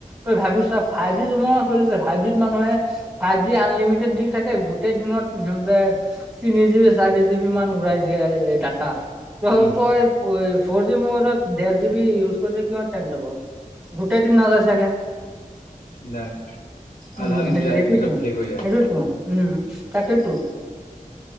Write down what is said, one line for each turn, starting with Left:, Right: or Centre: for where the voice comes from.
Right: তই ভাবিছা, ফাইভ জি জমানা চলি আছে। ফাইভ জিত মানুহে ফাইভ জি আনলিমিটেড দি থাকে। গোটেই দিনত সিহঁতে তিনি জিবি, চাৰি জিবি মান উৰাই দিয়ে এই ডাটা। ত
Left: উম
Right: তই ফ'ৰ জি মবাইলত ডেৰ জিবি ইউজ কৰি কিমান টাইম যাব? গোটেই দিন নাযায় চাগে?
Left: নাই
Right: উম
Left: আধা দিন
Right: সেই
Left: যায়
Right: এইটোতো,
Left: পিছত শেষ হৈ যায়
Right: সেইটোতো উম, তাকেইটো।